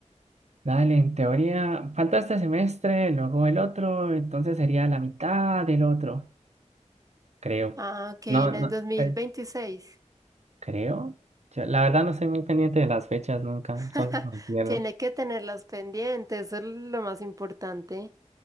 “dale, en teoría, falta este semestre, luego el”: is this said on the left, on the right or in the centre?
Right